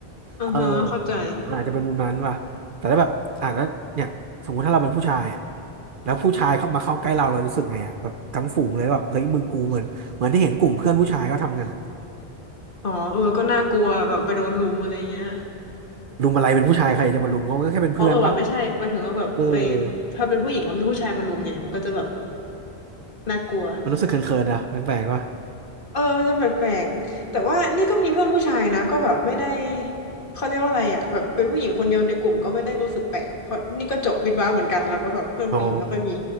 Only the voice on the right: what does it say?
เออมันอาจจะเป็นมุมนั้นว่ะแต่ถ้าแบบอ่านแล้วเนี่ยสมมุติถ้าเราเป็นผู้ชายอ่ะแล้วผู้ชายเข้ามาเข้าใกล้เราเรารู้สึกไงอ่ะแบบทั้งฝูงเลยแบบเฮ้ยมึงกูเหมือนเหมือนที่เห็นกลุ่มเพื่อนผู้ชายก็ทำกันอะ
รุมอะไรเป็นผู้ชายใครจะมารุมเขาก็แค่เป็นเพื่อนปะ
เออ
มันรู้สึกเขินๆนะแปลกๆปะ
อ๋อ